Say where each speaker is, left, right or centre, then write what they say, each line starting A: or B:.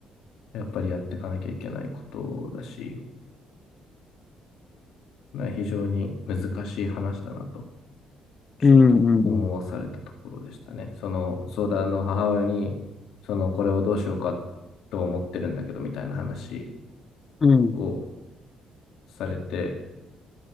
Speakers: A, on the left (about 75°); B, on the left (about 25°).
A: やっぱりやっていかなきゃいけないことだし、まあ非常に難しい話だなと、ちょっと思わされたところでしたね。
B: うんうん
A: その、相談の母親に、その、これをどうしようかと思ってるんだけど、みたいな話
B: うんうん
A: を、されて、